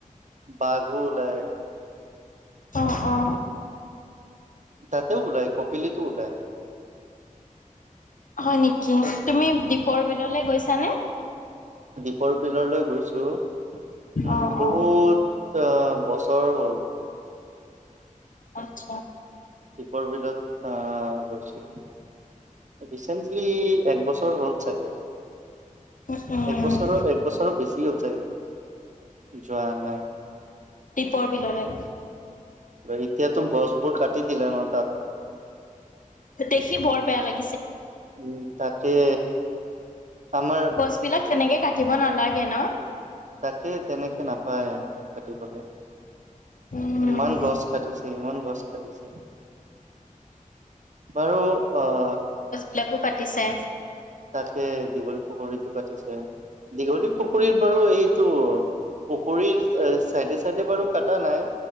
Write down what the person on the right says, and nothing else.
বাঘো ওলাই
তাতেও ওলাই কপিলিতো ওলায়
পৰ বিলৰলৈ গৈছো উম
বহুত
বছৰ হ'ল
দীপৰ বিলত আহ গৈছো ৰিচেণ্টলি একবছৰ হ'ল চাগে
এক বছৰৰ এক বছৰো বেছি হ'ল চাগে যোৱা নাই
এতিয়াতো গছবোৰ কাটি দিলে ন তাত
উম তাকে আমাৰ
তাকেই তেনেকে নাপায় কাটিবলে।
ইমান গছ কাটিছে। সেই গছ কাটিছে বাৰু আহ।
তাকে দীঘলী পুখুৰীতটো কাটিছে। দীঘলী পুখুৰীৰ বাৰু এইটো পুখুৰীৰ চাইডে চাইডে বাৰু কটা নাই